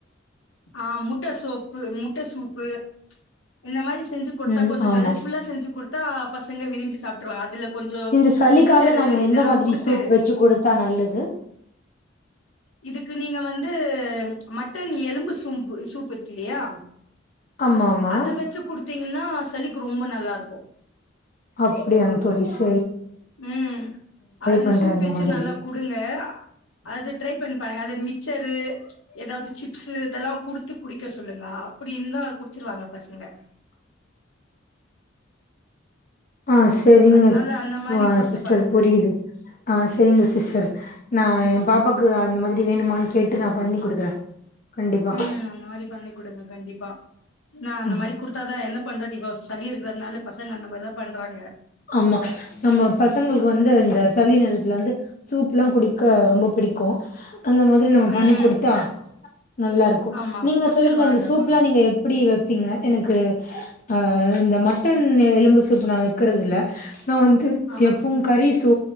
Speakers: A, on the left; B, on the left.
A: ஆ முட்ட சூப்பு முட்ட சூப்பு இந்த மாரி செ செஞ்சு குடுத்தா
B: ம்
A: கொஞ்சோ
B: ஆமா
A: கலர்ஃபுல்லா செஞ்சு குடுத்தா பசங்க விரும்பி சாப்ட்ருவாங்க அதுல கொஞ்சோ
B: இந்த சளிக்காக
A: மிச்சரு
B: நம்ம
A: இதெல்லா
B: எந்த மாதிரி
A: குடுத்து
B: சூப் வச்சு குடுத்தா நல்லது
A: இதுக்கு நீங்க வந்து மட்டன் எலும்பு சூம் பு சூப்பு இருக்கு இல்லையா
B: ஆமா ஆமா
A: அது வச்சு குடுத்திங்னா சளிக்கு ரொம்ப நல்லாருக்கு
B: அப்டியாங் தோழி ச
A: ம் அது
B: பண்றே
A: சூப்
B: இந்த
A: வெச்சு
B: மாதிரி
A: நல்லா குடுங்க அது ட்ரை பண்ணி பாருங்க அது மிச்சரு எதாது சிப்ஸ்சு இதெல்லா குடுத்து குடிக்க சொல்லுங்க அப்டி இருந்தா குடிச்சுருவாங்க பசங்க
B: ஆ செரிங்க
A: அதனால அந்த மாரி
B: ஆ
A: குடுத்து
B: சிஸ்டர்
A: பாருங்க
B: புரியுது ஆ செரிங்க சிஸ்டர் நா என் பாப்பாக்கு அந்த மாதிரி வேணுமான் கேட்டு நா பண்ணி குடுக்குறே கண்டிப்பா
A: ம் அந்த மாரி பண்ணி குடுங்க கண்டிப்பா ஏனா அந்த
B: ம்
A: மாரி குடுத்தாதா என்ன பண்றது இப்ப சளி இருக்கறதுனால பசங்க அந்த மாரிதா பண்றாங்க
B: ஆமா நம்ம பசங்களுக்கு வந்து இந்த சளி நேரத்துல வந்து சூப்லா குடிக்க ரொம்ப பிடிக்கு அந்த மாதிரி நம்ம பண்ணி
A: ம்
B: குடுத்தா நல்லாருக்கு
A: ஆமா
B: நீங்க
A: குடிச்சிருவாங்க
B: சொல்லுங்க இந்த சூப்லா
A: கொஞ்சோ
B: நீங்க எப் எப்புடி வப்பீங்க எனக்கு ஆ இந்த மட்டன் எலும்பு சூப்பு நா வெக் குறது இருக்குறது இல்ல நா வந்து
A: ஆஹா
B: எப்பவு கறி சூ